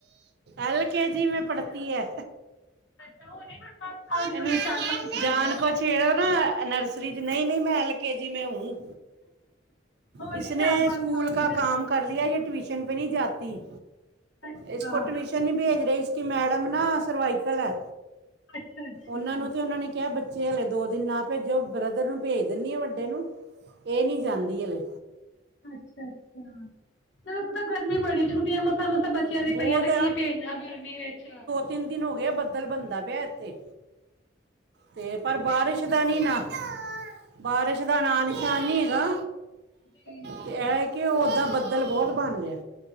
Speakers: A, on the right; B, on the left.
A: ਐਲ ਕੇ
B: ਅੱਛਾ
A: ਜੀ ਮੈਂ ਪੜ੍ਹਤੀ ਐ।
B: ਅੱਛਾ ਹੋਣੀ ਫਿਰ ਪੰਜ ਸਾਲ ਦੀ
A: ਏਨੂੰ
B: ਹੋਣੀ ਚਾਰ ਪੰਜ ਸਾਲ
A: ਜਾਨ
B: ਦੀ
A: ਕੋਛ ਤੇ ਓ ਨਾ ਨਰਸਰੀ ਚ, ਨਹੀਂ-ਨਹੀਂ, ਮੈਂ ਐਲ ਕੇ ਜੀ ਮੈਂ ਹੂ।
B: ਹੋਣੀ
A: ਇਸਨੇ
B: ਚਾਰ ਪੰਜ
A: ਸਕੂਲ
B: ਸਾਲ ਦੀ
A: ਕਾ
B: ਫਿਰ
A: ਕਾਮ ਕਰ ਲਿਆ, ਯੇ ਟਵੀਸ਼ਨ ਪੇ ਨੀ ਜਾਤੀ।
B: ਅੱਛਾ
A: ਇਸ ਕੋ ਟਵੀਸ਼ ਨੀ ਭੇਜ ਰੇ ਇਸ ਕਿ ਮੈਡਮ ਨਾ ਸਰਵਾਈਕਲ ਐ।
B: ਅੱਛਾ ਅੱਛਾ
A: ਓਨਾਂ ਨੂੰ ਤੇ ਓਨਾਂ ਨੇ ਕਿਐ ਬੱਚੇ ਹਲੇ ਦੋ ਦਿਨ ਨਾ ਭੇਜੋ, ਬ੍ਰਦਰ ਨੂੰ ਭੇਜ ਦਿਨੀ ਆਂ ਵੱਡੇ ਨੂੰ। ਏਹ ਨੀ ਜਾਂਦੀ ਹਲੇ।
B: ਅੱਛਾ, ਅੱਛਾ। ਫੇਰ ਔ ਪਤਾ ਗਰਮੀ ਬੜੀ ਛੁੱਟੀਆਂ ਮਸਾਂ-ਮਸਾਂ ਬੱਚਿਆਂ
A: ਬਹੁਤ
B: ਦੀ ਪਈਆਂ ਤੇ ਕੀ ਪੇਜਣਾ ਗਰਮੀ ਵਿਚ।
A: ਤਿੰਨ ਦਿਨ ਹੋਗੇ ਐ ਬੱਦਲ ਬਣਦਾ ਪਿਐ ਐਥੇ। ਤੇ ਪਰ ਬਾਰਿਸ਼ ਦਾ ਨੀ ਨਾ ਬਾਰਿਸ਼ ਦਾ ਨਾਮ ਨਿਸ਼ਾਨ ਨਹੀਂ ਹੈਗਾ।
B: ਜੀ।
A: ਤੇ ਐਹ ਏ, ਕਿ ਓਦਾ ਬੱਦਲ ਬੋਤ ਬਣ ਰਿਐ।